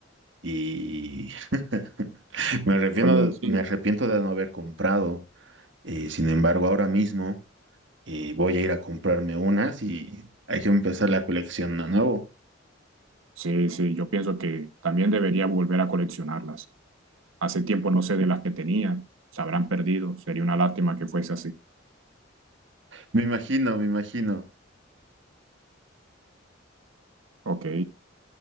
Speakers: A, on the right (about 65°); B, on the right (about 85°).
A: Y <laughs> me arrepiento,
B: oye, sí.
A: me arrepiento de no haber comprado. Eh, sin embargo, ahora mismo. y voy a ir a comprarme unas y hay que empezar la colección de nuevo.
B: Sí, sí, yo pienso que también debería volver a coleccionarlas. Hace tiempo no sé de las que tenía, se habrán perdido, sería una lástima que fuese así.
A: Me imagino, me imagino.
B: Ok,